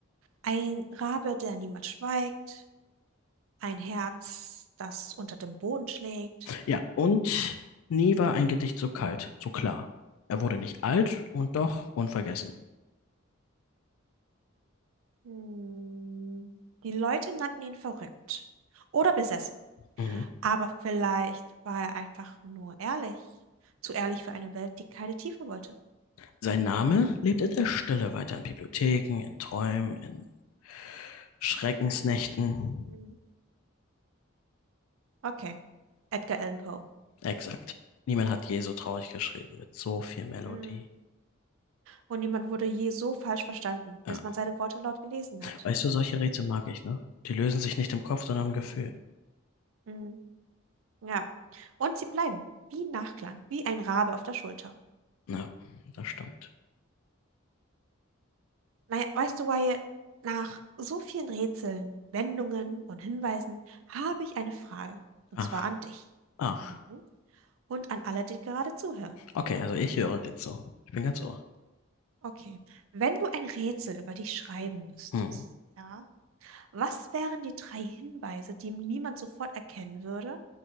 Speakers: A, on the right; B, on the left.
A: Ein Rabe, der niemals schweigt. Ein Herz, das unter dem Boden schlägt.
B: Ja, und nie war ein Gedicht so kalt, so klar. Er wurde nicht alt und doch unvergessen.
A: Hm. Die Leute nannten ihn verrückt oder besessen.
B: Mhm.
A: Aber vielleicht war er einfach nur ehrlich. Zu ehrlich für eine Welt, die keine Tiefe wollte.
B: Sein Name lebt in der Stille weiter in Bibliotheken, in Träumen, in Schreckensnächten.
A: Hm. Okay, Edgar Allan Poe.
B: Exakt. Niemand hat je so traurig geschrieben, mit so viel Melodie.
A: Hm. Und niemand wurde je so falsch verstanden,
B: Ja.
A: bis man seine Worte laut gelesen hat.
B: Weißt du, solche Rätsel mag ich, ne? Die lösen sich nicht im Kopf, sondern im Gefühl.
A: Hm. Ja. Und sie bleiben wie Nachklang, wie ein Rabe auf der Schulter.
B: na das stimmt.
A: Naja, weißt du, Wyatt, nach so vielen Rätseln, Wendungen und Hinweisen habe ich eine Frage. Und
B: Ach,
A: zwar an dich.
B: ach.
A: Mhm. Und an alle, die gerade zuhören.
B: Okay, also ich höre jetzt so. Ich bin ganz ohr.
A: Okay. Wenn du ein Rätsel über dich schreiben müsstest,
B: Hm.
A: ja, was wären die drei Hinweise, die niemand sofort erkennen würde,